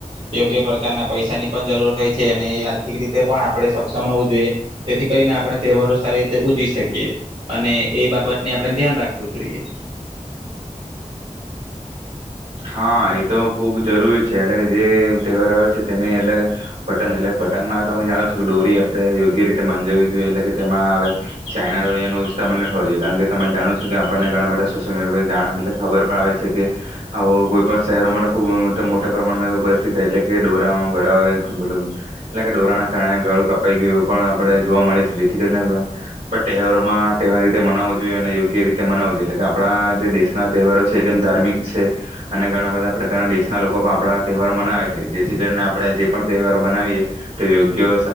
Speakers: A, on the right (about 50°); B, on the right (about 80°).
A: યોગ્ય પ્રકારના પૈસા ની પણ જરૂર હોય છે અને એ આર્થિક રીતે પણ આપણે સક્ષમ હોવું જોઈએ જેથી કરીને આપણે તહેવારો સારી રીતે ઉજવી શકીએ અને એ બાબતને આપણે ધ્યાન રાખવું જોઈએ.
B: હા એ તો ખુબ જરૂરી છે એટલે કે જે તહેવાર આવે છે તેને એટલે કે પટંગ એટલે પટંગમાં તો તમે જાણો છો કે ડોરી આપણે યોગ્ય રીતે મંજાવવી જોઈએ એટલે કે તેમાં હવે ચાઈના ડોરીયાનો ઇસ્તમાલ ન થવો જોઈએ. કારણ કે તમે જાણો છો કે આપણને ઘણા બધા સોશિયલ મીડિયા એટલે કે ખબર પણ આવે છે કે આવો કોઈ પણ શહેરો માટે ખૂબ મોટા પ્રમાણમાં એ પરિસ્થિતિ થાય, એટલે કે ડોરામાં ગળા આવે મતલબ એટલે કે ડોરાના કારણે ગળું કપાઈ ગયું એવું પણ આપણે જોવા મળે છે. જેથી કરીને આપણે તહેવારોમાં તહેવાર રીતે મનાવું જોઈએ અને યોગ્ય રીતે મનાવવું જોઈએ. એટલે કે આપણા જે દેશના તહેવારો છે તેમ ધાર્મિક છે. અને ઘણા બધા પ્રકારના દેશના લોકો પણ આપણા તહેવારો મનાવે છે જેથી કરીને આપણે જે પણ તહેવારો બનાવીએ તે યોગ્ય